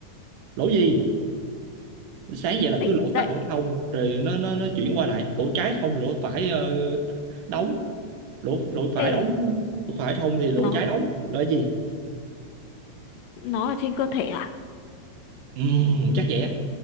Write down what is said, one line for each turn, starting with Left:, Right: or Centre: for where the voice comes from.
Right: lỗ gì sáng vậy là
Left: tỉnh
Right: cứ lỗ
Left: dậy
Right: tắc lỗ thông rồi nó nó nó chuyển qua lại lỗ trái thông thì lỗ phải ờ, đóng lỗ lỗ phải
Left: ê
Right: đóng ờ, lỗ phải thông thì lỗ
Left: nó
Right: trái đóng là cái gì
Left: nó ở trên cơ thể à
Right: Ừm, chắc vậy á